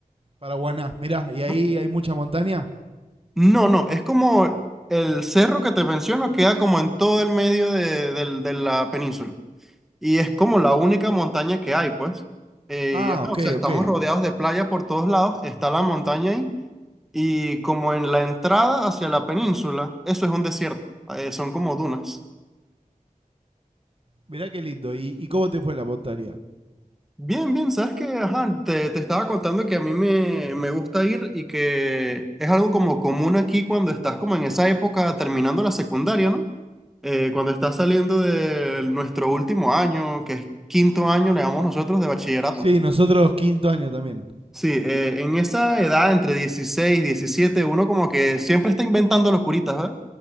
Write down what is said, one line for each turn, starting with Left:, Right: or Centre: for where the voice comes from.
Right: Paraguaná, mirá, ¿y ahí
Centre: ¿no?
Right: hay mucha montaña?
Centre: No, no, es como el cerro que te menciono queda como en todo el medio de, del- de la península. Y es como la única montaña que hay, pues. Eh,
Right: Ah,
Centre: y ajá,
Right: ok,
Centre: o sea, estamos
Right: ok.
Centre: rodeados de playa por todos lados, está la montaña ahí. Y como en la entrada hacia la península, eso es un desierto, eh, son como dunas.
Right: Mirá qué lindo. ¿Y, y cómo te fue la montaña?
Centre: Bien, bien, sabes que, ajá, te, te estaba contando que a mí me, me gusta ir y que es algo como común aquí cuando estás como en esa época terminando la secundaria, ¿no? Eh, cuando estás saliendo de nuestro último año, que es quinto año, le llamamos nosotros, de bachillerato.
Right: Sí, nosotros quinto año también.
Centre: Sí, eh, en esa edad, entre 16 y 17, uno como que siempre está inventando locuritas, ¿verdad?